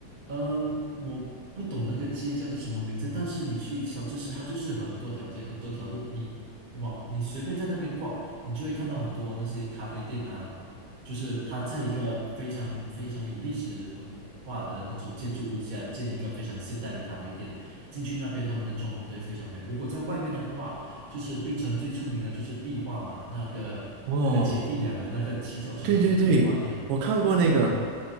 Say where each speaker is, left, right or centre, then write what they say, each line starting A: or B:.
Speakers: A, on the right; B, on the right.
A: 嗯，我不懂那个街叫什么名字，但是你去乔治市，它就是很多条街，很多条路，你往你随便在那边逛，你就会看到很多那些咖啡店啊，就是它在一个非常非常有历史文化的那种建筑物下建一个非常现代的咖啡店。进去那边他们的装潢都会非常美。如果在外面的话，就是槟城最出名的就是壁画嘛，那个那个姐弟两个那个骑脚车的那壁画，
B: 哦，对对对，
A: 你有？
B: 我看过那个，
A: 哦